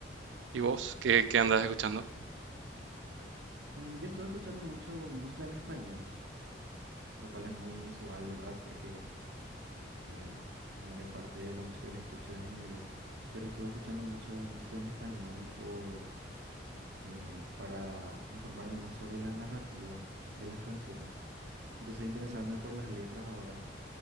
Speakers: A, on the right; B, on the right.
A: ¿Y vos qué, qué andás escuchando?
B: Mm, Yo estuve escuchando mucho música en español, lo cual es muy inusual, ¿verdad? Porque el- la mayor parte de la música que escucho es en inglés, pero estuve escuchando mucho música en español por, eh, para informarme más sobre la narrativa de las canciones. Empecé a interesarme por las letras ahora.